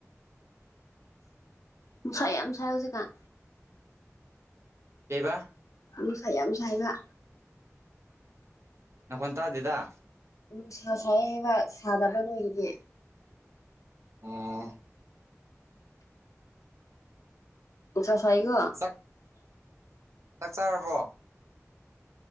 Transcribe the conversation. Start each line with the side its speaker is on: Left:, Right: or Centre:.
Left: ꯅꯨꯡꯁꯥ ꯌꯥꯝ ꯁꯥꯏ ꯍꯧꯖꯤꯛꯀꯥꯟ
Right: ꯀꯩꯕ
Left: ꯅꯨꯡꯁꯥ ꯌꯥꯝ ꯁꯥꯏꯕ
Right: ꯅꯈꯣꯟ ꯇꯥꯗꯦꯗ
Left: ꯅꯨꯡꯁꯥ ꯁꯥꯏ ꯍꯥꯏꯕ ꯁꯥꯗꯕ ꯅꯣꯏꯗꯗꯤ
Right: ꯑ
Left: ꯅꯨꯡꯁꯥ ꯁꯥꯏꯀꯣ
Right: ꯆꯥꯛ ꯆꯥꯛ ꯆꯥꯔꯕꯣ